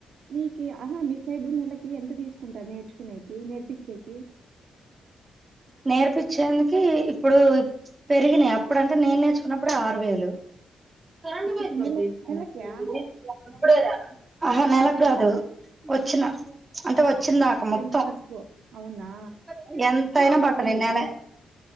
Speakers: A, on the right; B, on the right.
A: మీకు ఆహా మీ సైడ్ నెలకి ఎంత తీసుకు కుంటారు నేర్చుకునేకి నేర్పించేకి
B: నేర్పచ్చేందుకి ఇప్పుడు పెరిగినయి అప్పుడు అంటే నేను నేర్చుకున్నప్పుడుే ఆరు వేలు
A: <inaudible>
B: కరెంటు
A: అప్పుడు
B: పోయింది
A: నెల
B: బాబీ
A: నెలకా
B: నెలక ఆహా నెలకు కాదు వచ్చిన
A: ఆ,
B: అంటే వచ్చిందాక
A: వచ్చేంత
B: మొత్తం
A: వరకు అవునా
B: ఎంత ఎంతైనా
A: ఆరు
B: బాటని
A: వేలా
B: నెలే